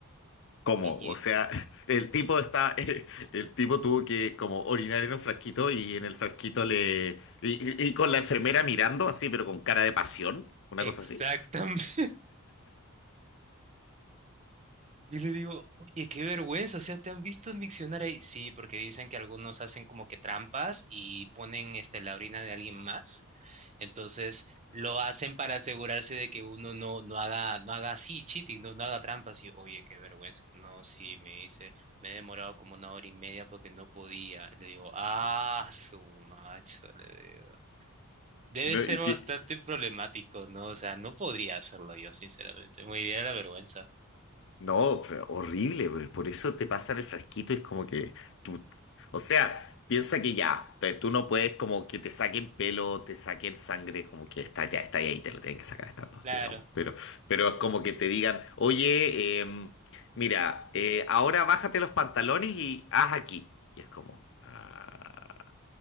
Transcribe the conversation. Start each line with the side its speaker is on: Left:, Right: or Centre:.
Left: ¿cómo?
Right: Y
Left: O sea, <laughs> el tipo está, <laughs> el tipo tuvo que como orinar en un frasquito y en el frasquito le... y y- y con la enfermera mirando así, pero con cara de pasión, una
Right: Exactamente.
Left: cosa así.
Right: <laughs> Y le digo, oye, qué vergüenza, o sea, ¿te han visto en diccionario ahí? Sí, porque dicen que algunos hacen como que trampas y ponen este, la orina de alguien más. Entonces, lo hacen para asegurarse de que uno no, no haga, no haga así, cheating, no, no haga trampas. Y, oye, qué vergüenza. No, sí, me dice, me he demorado como una hora y media porque no podía. Le digo, ah, su macho, le digo. Debe
Left: ¿No?
Right: ser
Left: ¿Y
Right: bastante
Left: qué?
Right: problemático, ¿no? O sea, no podría hacerlo yo, sinceramente. Me iría de la vergüenza.
Left: No, pues, horrible, pero por eso te pasan el frasquito, es como que tú, o sea, piensa que ya, pe- tú no puedes como que te saquen pelo, te saquen sangre, como que está, ya está ahí, te lo tienen que sacar estas dos,
Right: Claro.
Left: digamos, pero, pero es como que te digan, oye, em, mira, eh, ahora bájate los pantalones y haz aquí, y es como, ah,